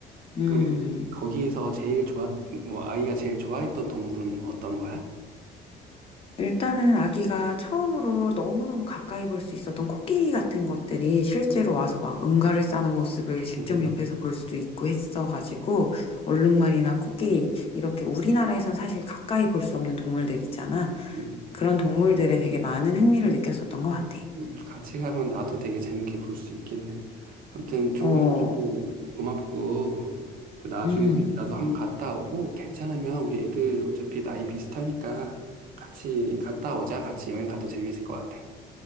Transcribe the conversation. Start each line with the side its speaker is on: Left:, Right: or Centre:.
Left: 음.
Right: 그럼 거기에서 제일 좋아, 뭐, 아이가 제일 좋아했던 동물은 어떤 거야?
Left: 일단은 아기가 처음으로 너무너무 가까이 볼 수 있었던 코끼리 같은 것들이 실제로 와서 막 응가를 싸는 모습을
Right: <laughs>
Left: 직접 옆에서 볼 수도 있고 했어가지고 얼룩말이나 코끼리 이렇게 우리나라에선 사실 가까이 볼 수 없는 동물들 있잖아.
Right: 음,
Left: 그런 동물들에 되게 많은 흥미를 느꼈었던 것 같아.
Right: 음, 같이 가면 나도 되게 재밌게 볼 수 있겠네. 아무튼 좋은
Left: 어,
Right: 정보 고맙고, 그 나중에
Left: 음.
Right: 나도 한번 갔다 오고, 괜찮으면 우리 애들 어차피 나이 비슷하니까 같이 갔다 오자. 같이 여행 가도 재밌을 것 같아.